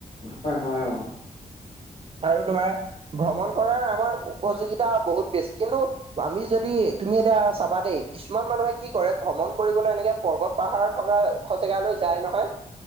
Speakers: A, on the left; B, on the right.
A: হয় হয় অ।
B: আৰু তোমাৰ ভ্ৰমণ কৰাৰ আমাৰ। উপযোগিতা বহুত বেছি কিন্তু আমি যদি তুমি এতিয়া চাবা দেই। কিছুমান মানুহে কি কৰে ভ্ৰমণ কৰিবলৈ এনেকে পৰ্বত পাহাৰ থকা ওখ জেগালৈ যায় নহয়।